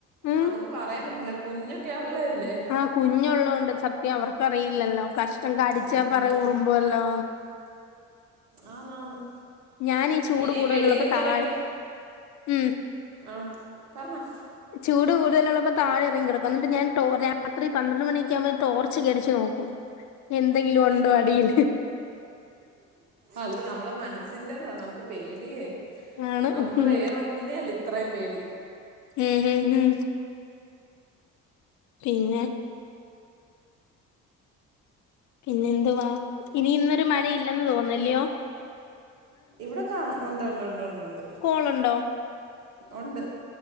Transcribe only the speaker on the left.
ഉം
ആഹ് കുഞ്ഞള്ളതോണ്ട് സത്യം അവർക്കറിയില്ലല്ലോ കഷ്ടം കടിച്ചാ
പറ റുമ്പുവല്ലോ.
ഞാനി ചൂട്
കൂടുതലുള്ളപ്പോ
താഴെ
ഉം.
ചൂട് കൂടുതലുള്ളപ്പോ താഴെറങ്ങിക്ക കിടക്കും എന്നിട്ട് ഞാൻ രാത്രി പന്ത്രണ്ട് മണിയൊക്കെ ആകുമ്പോ ടോർച്ച് അടിച്ച് നോക്കും. എന്തെങ്കിലും ഉണ്ടോ അടിൽ.
ആണ്
ഉം
ഉം ഉം ഉം പിന്നെ. പിന്നെ എന്തുവാ ഇനി ഇന്നൊരു മഴ ഇല്ലെന്ന് തോന്നലയോ.
കോളുണ്ടോ